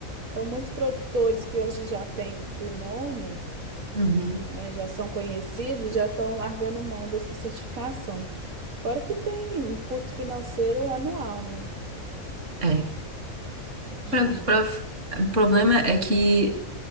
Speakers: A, on the right (about 80°); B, on the right (about 60°).
A: Então, muitos produtores que hoje já têm o nome,
B: Uhum.
A: né, já são conhecidos, já estão largando mão dessa certificação. Fora que tem um custo financeiro anual, né?
B: É.
A: De...
B: Pra, pra, o problema é que